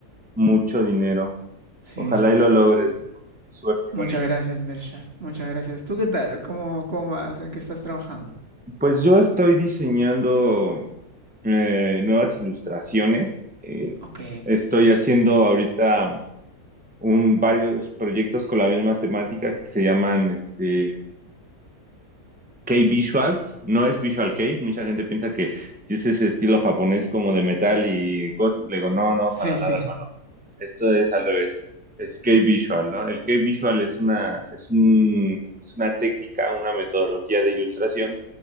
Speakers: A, in the centre; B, on the right.
A: mucho dinero.
B: sí,
A: Ojalá
B: sí,
A: y
B: sí,
A: lo logres,
B: sí.
A: bro. Suerte
B: Muchas
A: con ello.
B: gracias, Mirsha. Muchas gracias. ¿Tú qué tal? ¿Cómo, cómo vas? ¿En qué estás trabajando?
A: Pues yo estoy diseñando eh, nuevas ilustraciones. eh,
B: Ok.
A: estoy haciendo ahorita un, varios proyectos con la misma temática que se llaman este, K-Visuals, no es Visual K, mucha gente piensa que si es ese estilo japonés como de metal y gótico, le digo, no, no,
B: Sí,
A: para nada,
B: sí.
A: hermano. Esto es al revés, es K-Visual, ¿no? El K-Visual es una, es un, es una técnica, una metodología de ilustración